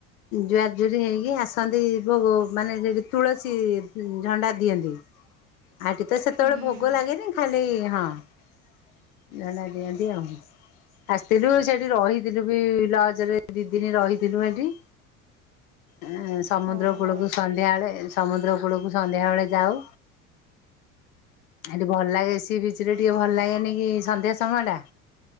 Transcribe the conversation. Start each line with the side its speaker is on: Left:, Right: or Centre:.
Left: ଜୁଆଜରି ହେଇକି ଆସନ୍ତ ଭୋଗ ମାନେ ଯଠି ତୁଳସୀ ଝଣ୍ଡା ଦିଅନ୍ତି ଆଠ ତ ସେତେବେଳେ
Right: ହୁଁ।
Left: ଭୋଗ ଲାଗେନି ଖାଲି ହଁ <unintelligible> ଦିଅନ୍ତି ଆଉ ଆସିଥିଲୁ ସେଠି ରହିଥିଲୁ ବି ଲଜରେ ଦି ଦିନ ରହିଥିଲୁ ସେଠି। ଏଁ ସମୁଦ୍ର
Right: ଓହୋ
Left: କୂଳକୁ
Right: ହଁ
Left: ସନ୍ଧ୍ୟା ବେଳେ ସମୁଦ୍ର କୂଳକୁ ସନ୍ଧ୍ୟା ବେଳେ ଯାଉ। ଆ ଟ ଭଲ ଲାଗେ ସି ବିଚ ରେ ଟିକେ ଭଲ ଲାଗେନି କି ସନ୍ଧ୍ୟା ସମୟ ଟା?